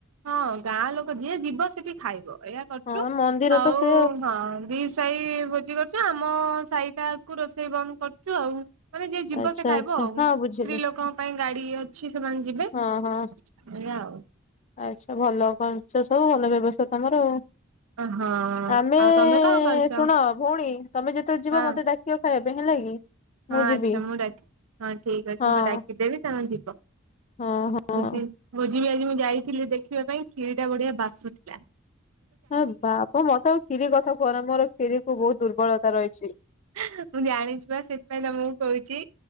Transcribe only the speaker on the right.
ହଁ ଗାଁ ଲୋକ ଯିଏ ଯିବ ସେଠି ଖାଇବ ଏଇଆ କରୁଚୁ
ଆଉ
ହଁ ଦି ସାହି ଭୋଜି କରୁଚୁ ଆମ ସାହିଟାକୁ ରୋଷେଇ ବନ୍ଦ କରୁଚୁ ଆଉ। ମାନେ ଯିଏ ଯିବ
ସେ ଖାଇବ
ଆଉ
ସ୍ତ୍ରୀ ଲୋକଙ୍କ ପାଇଁ ଗାଡି ଅଛି ସେମାନେ ଯିବେ।
ଏଇଆ ଆଉ।
ହଁ
ଆଉ ତମେ କଣ କରୁଛ
ହଁ
ହଁ
ଆଚ୍ଛା
ମୁଁ ଡାକ ହଁ ଠିକ ଅଛି
ମୁଁ ଡାକିଦେବି ତମେ ଯିବ।
ଭୋଜି ଭୋଜି ବି ଆଜି ମୁଁ ଯାଇଥିଲି ଦେଖିବା ପାଇଁ ଖିରିଟା ବଢିଆ ବାସୁ ଥିଲା।
ହେଁ ମୁଁ ଜାଣିଚି ପା ସେଥିପାଇଁ ତମକୁ କହୁଛି